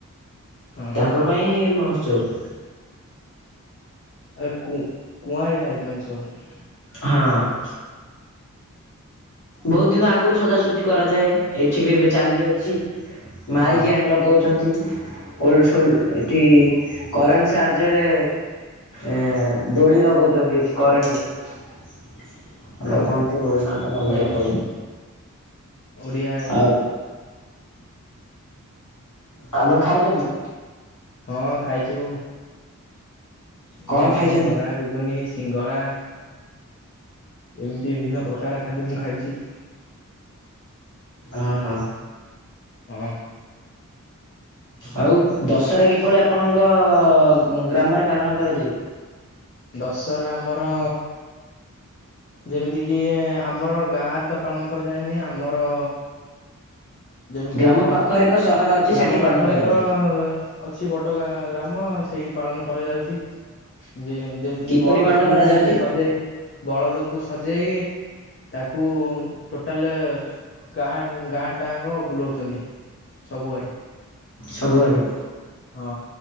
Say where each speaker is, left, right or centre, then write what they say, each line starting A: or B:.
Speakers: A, on the left; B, on the left.
A: ହଁ।
B: ତାଙ୍କ ପାଇଁ ମହୋତ୍ସବ।
A: ଆରେ କ କୁଆଁରୀ ନାରୀ ମାନେ ସବୁ।
B: ହଁ। ବହୁତ ଦିନ ଆଗରୁ ସଜାସଜି କରାଯାଏ ଏଠି ବି ଏବେ ଚାଲିଅଛି। ମାଇକ୍
A: ହଁ
B: ଆଣି ଲଗଉଛନ୍ତି ଓଲଡ ସୋଲଡ ଏଠି କରେଣ୍ଟ ସାହାଯ୍ୟରେ ଏ ଦୋଳି ଲଗଉଛନ୍ତି ଏଠି କରେନରେ କଣ
A: ହଁ
B: ଟା କହନ୍ତି ଦୋଳି ନାଁଟା ମନେର
A: ଓଡିଆ
B: ପଡୁନି
A: ଓଡିଆ
B: ଆଉ ଆପଣ ଖାଇଛନ୍ତି?
A: ହଁ ଖାଇଚୁ।
B: କଣ
A: ଯେମିତି
B: ଖାଇଛନ୍ତି?
A: କି ବରା ଘୁଗୁନି ସିଙ୍ଗଡ଼ା ଏମିତି ବିଭିନ୍ନ ପ୍ରକାର ଖାଦ୍ୟ ମୁଁ ଖାଇଛି।
B: ଅହ।
A: ହଁ।
B: ଆଉ ଦଶହରା କିପଳି ଆପଣଙ୍କ ଗ୍ରାମରେ ପାଳନ କରାଯାଏ?
A: ଦଶହରା ଆମର ଯେମିତି କିି ଆମର ଗାଁରେ ତ ପାଳନ କରାଯାଏନି ଆମର ଯେମିତିକି
B: ଗ୍ରାମ
A: ଆମ
B: ପାଖରେ ଏକ ସହର ଅଛି
A: ଗ୍ରାମ
B: ସେଠି ପାଳନ
A: ପାଖରେ
B: କରାଯାଏ।
A: ଏକ ଅଛି ବଟ ଗାଁ ଗ୍ରାମ ସେଇଠି ପାଳନ କରାଯାଉଛି। ଯେ ଯେମିତିକ
B: କିପରି
A: ବଳଦକୁ
B: ପାଳନ କରାଯାଉଛି?
A: ସଜେଇ ବଳଦକୁ ସଜେଇ ତାକୁ ଟୋଟାଲ ଗାଁ ଗାଁ ଟାଙ୍କ ବୁଲଉଛନ୍ତି ସବୁଆଡେ।
B: ସବୁଆଡ଼େ?
A: ହଁ